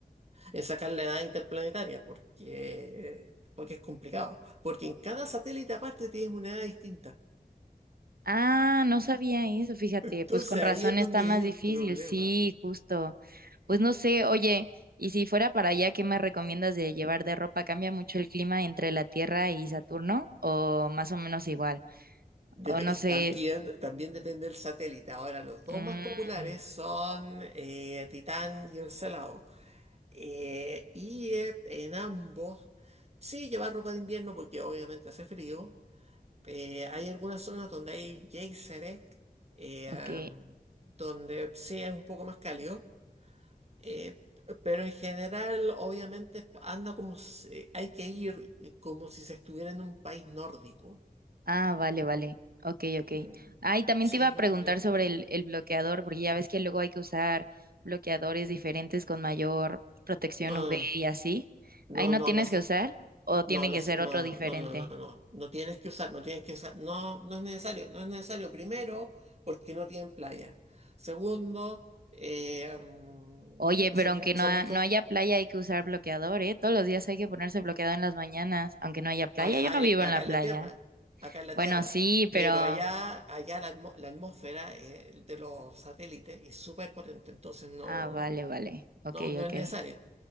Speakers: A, on the right; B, on the right.
A: en sacar la edad interplanetaria, porque, porque es complicado, porque en cada satélite aparte tienes una edad distinta.
B: Ah, no sabía eso, fíjate,
A: Entonces
B: pues con razón
A: ahí es
B: está
A: donde
B: más
A: viene
B: difícil,
A: el problema.
B: sí, justo. Pues no sé, oye, y si fuera para allá, ¿qué me recomiendas de llevar de ropa? ¿Cambia mucho el clima entre la Tierra y Saturno o más o menos igual?
A: Dep-
B: O no
A: es-
B: sé,
A: también, también depende del satélite. Ahora, los dos
B: mm,
A: más populares son eh, Titán y Encelado. Eh, y eh, en ambos, sí, llevar ropa de invierno porque obviamente hace frío. Eh, hay algunas zonas donde hay geyseres, eh,
B: ok.
A: donde sí es un poco más cálido. Eh, pero en general, obviamente, anda como si- hay que ir como si se estuviera en un país nórdico.
B: Ah, vale, vale. Ok, ok.
A: Mm,
B: Ah, y también
A: Sí,
B: te iba a
A: más
B: preguntar
A: o menos
B: sobre
A: por ahí.
B: el, el bloqueador, porque ya ves que luego hay que usar bloqueadores diferentes con mayor protección
A: No,
B: UV y así.
A: no,
B: Ahí no
A: no,
B: tienes
A: las,
B: que usar o tienen
A: no, las,
B: que ser
A: no,
B: otro
A: no,
B: diferente.
A: no, no, no, no, no tienes que usar, no tienes que usar, no, no es necesario, no es necesario. Primero, porque no tienen playa. Segundo, eh, mm,
B: Oye, pero
A: son,
B: aunque
A: mu-
B: no,
A: son
B: ha-
A: muy,
B: no
A: con-
B: haya playa hay que usar bloqueador, ¿eh? Todos los días hay que ponerse bloqueador en las mañanas, aunque no haya playa.
A: acá,
B: Yo no
A: a- el-
B: vivo
A: acá
B: en la playa.
A: en la tierra, acá en la
B: Bueno,
A: tierra.
B: sí,
A: Pero
B: pero...
A: allá, allá la, atmo- la atmósfera eh, de los satélites es súper potente, entonces no,
B: Ah, vale, vale. Ok,
A: no, no
B: ok.
A: es necesario.